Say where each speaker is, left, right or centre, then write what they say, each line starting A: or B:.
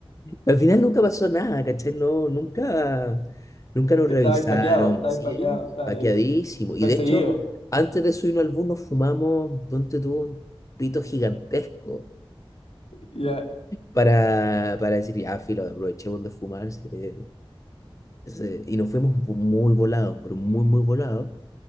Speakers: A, on the left (about 35°); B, on the left (about 80°).
A: Al final nunca pasó nada, ¿cachai? No, nunca, nunca nos
B: Estaba
A: revisaron.
B: paqueado, estaba
A: Sí,
B: paqueado, estaba
A: paqueadísimo.
B: ahí
A: Y
B: perseguido.
A: de hecho, antes de subirnos al bus nos fumamos, donde tuvo un pito gigantesco
B: Ya.
A: para, para decir, ya, filo, aprovechemos de fumarse eh, y nos fuimos muy volados, pero muy, muy volados.